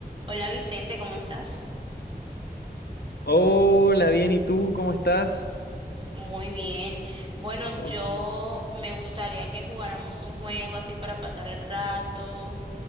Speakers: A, on the right; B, on the left.
A: Hola Vicente, ¿cómo estás?
B: Hola, bien, ¿y tú cómo estás?
A: Muy bien. Bueno, yo
B: Uy.
A: me gustaría que jugáramos un juego así para pasar el rato,